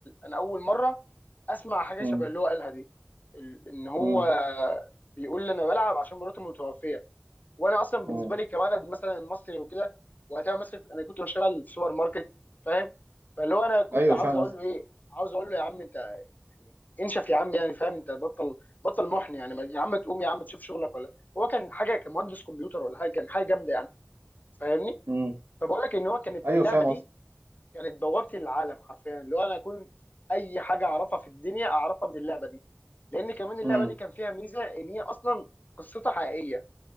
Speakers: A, on the left; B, on the right.
A: انا اول مره اسمع حاجه
B: م-
A: شبه اللي هو قالها دي ال- ان هو
B: م-
A: بيقول لي انا بلعب عشان مراتي متوفيه وانا اصلا بالنسبه
B: م.
A: لي كولد مثلا مصري وكده وقتها مثلا انا كنت بشتغل في سوبر ماركت فاهم فاللي هو انا كنت
B: ايوه
A: عاوز
B: فاهم
A: اقول
B: قصدي
A: له ايه عاوز اقول له يا عم انت انشف يا عم يعني فاهم انت بطل بطل محن يعني ما- يا عم تقوم يا عم تشوف شغلك ولا هو كان حاجه كمهندس كمبيوتر ولا حاجه كان حاجه جامده يعني فاهمني
B: امم
A: فبقول لك ان هو كانت
B: ايوه
A: اللعبه
B: فاهم
A: دي
B: قصدي
A: كانت بوابتي للعالم حرفيا اللي هو انا كنت اي حاجه اعرفها في الدنيا اعرفها من اللعبه دي لان كمان اللعبه
B: امم
A: دي كان فيها ميزه ان هي اصلا قصتها حقيقيه